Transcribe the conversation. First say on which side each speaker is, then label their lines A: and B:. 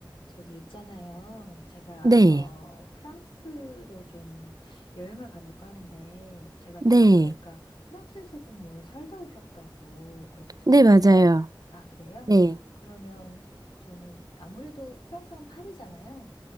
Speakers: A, on the left (about 85°); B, on the right (about 50°).
A: 저기 있잖아요. 제가
B: 네,
A: 어 프랑스로 좀 여행을 가볼까 하는데 제가
B: 네,
A: 들어보니까 프랑스에서 좀 오래 살다 오셨다고 그렇게 들었거든요.
B: 네, 맞아요.
A: 아, 그래요?
B: 네,
A: 그러면 저는 아무래도 프랑스 는 파리잖아요.